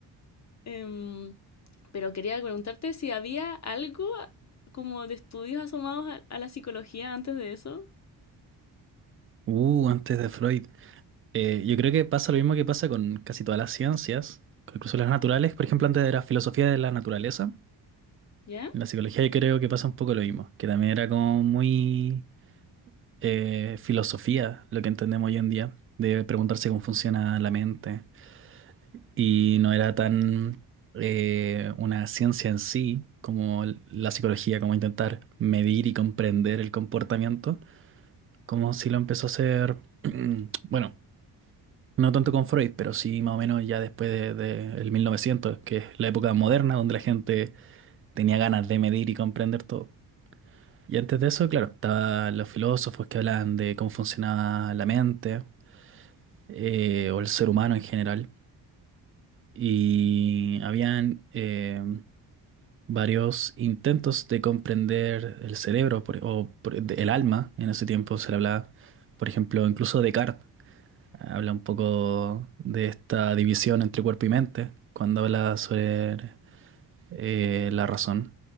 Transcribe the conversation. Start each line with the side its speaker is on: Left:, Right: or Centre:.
Left: em, Pero quería preguntarte si había algo como de estudios asomados a, a la psicología antes de eso,
Right: Uh, antes de Freud. Eh, yo creo que pasa lo mismo que pasa con casi todas las ciencias, con incluso las naturales, por ejemplo, antes de la filosofía de la naturaleza.
Left: ¿ya?
Right: En la psicología yo creo que pasa un poco lo mismo, que también era como muy eh, filosofía lo que entendemos hoy en día, de preguntarse cómo funciona la mente. Y no era tan eh, una ciencia en sí como la psicología, como intentar medir y comprender el comportamiento como si lo empezó a hacer, <clears throat> bueno, no tanto con Freud, pero sí más o menos ya después de, de el 1900, que es la época moderna donde la gente tenía ganas de medir y comprender todo. Y antes de eso, claro, estaban los filósofos que hablaban de cómo funcionaba la mente eh, o el ser humano en general. Y habían eh, varios intentos de comprender el cerebro por- o por- de- el alma en ese tiempo se le hablaba, por ejemplo, incluso Descartes Habla un poco de esta división entre cuerpo y mente cuando habla sobre eh, la razón.